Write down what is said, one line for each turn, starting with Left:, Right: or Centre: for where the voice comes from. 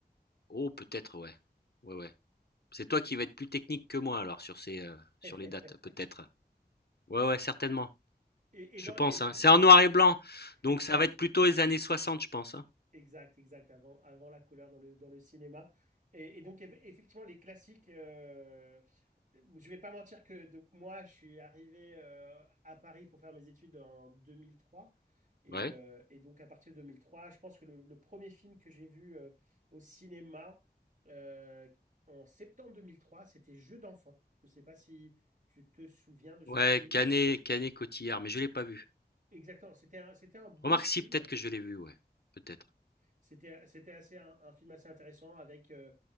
Left: Oh, peut-être, ouais. Ouais, ouais. C'est toi qui vas être plus technique que moi alors sur ces euh, sur
Right: <laughs> Et,
Left: les dates peut-être. Ouais ouais certainement.
Right: et
Left: Je
Right: dans,
Left: pense
Right: et-
Left: hein. C'est en noir et blanc. Donc
Right: <laughs>
Left: ça va être plutôt les années 60 je pense hein.
Right: Exact, exact, avant, avant la couleur dans le, dans le cinéma. Et, et donc, eff- effectivement, les classiques, euh, je vais pas mentir que donc, moi, je suis arrivé euh, à Paris pour faire mes études en 2003. Et,
Left: Ouais.
Right: euh, et donc, à partir de 2003, je pense que le, le premier film que j'ai vu euh, au cinéma euh, en septembre 2003, c'était Jeux d'enfant. Je sais pas si tu te souviens de ce
Left: Ouais,
Right: film.
Left: Canet, Canet Cotillard, mais je l'ai pas vu.
Right: Exactement, c'était un, c'était un beau
Left: Remarque
Right: film.
Left: si peut-être que je l'ai vu, ouais. Peut-être.
Right: C'était, c'était assez un, un film assez intéressant avec euh,